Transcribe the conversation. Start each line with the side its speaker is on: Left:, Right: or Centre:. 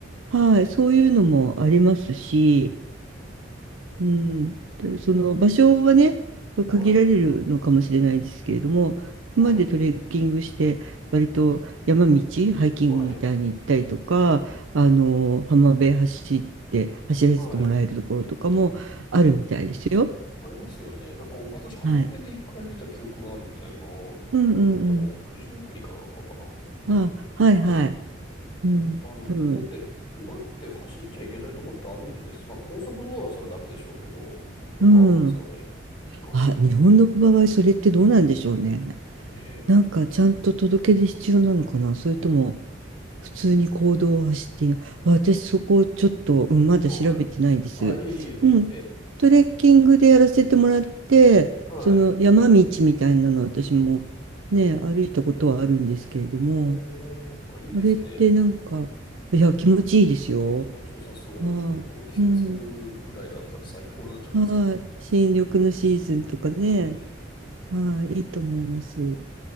Right: はい、そういうのもありますし。うん、でその場所はね、そう限られるのかもしれないですけれども、
Left: はい、はい、
Right: 今までトレッキングして、割と山道、ハイキングみたいに行ったりとか、
Left: はい、
Right: あの浜辺走って、走らせてもらえるところとかもあるみたいですよ。
Left: はい。ありますよね。なんか私、浜辺で一回見た記憶があるんだよ
Right: はい。うんうんうん。
Left: な。どこだったか、九十九里かなんかか
Right: あ、はいはい。
Left: な。はい。
Right: うん、
Left: ある。
Right: 多分。
Left: だって、馬って走っちゃいけないとこってあるんです。まあ、高速道路はそれダメでしょうけど、なんかあるんですかね。
Right: うん。
Left: 決まりが。
Right: あ、日本の場合、それってどうなんでしょうね。
Left: ね。
Right: なんかちゃんと届け出必要なのかな、それとも普通に行動を走っている。あ私そこちょっと、うんまだ調べてないです。
Left: はい。あ、いえいえ、全然。
Right: うん。トレッキングでやらせてもらって、
Left: はい。
Right: その山道みたいなの私もね、歩いたことはあるんですけれども、
Left: おー、あ、いいですね。
Right: あれってなんか、いや、気持ちいいですよ。
Left: 気持ちよさそう。
Right: はい。
Left: 特にこの季節ぐらいだったら最高なんじゃないですか。
Right: うん。はい。新緑のシーズンとかね。
Left: うん。
Right: はい。いいと思います。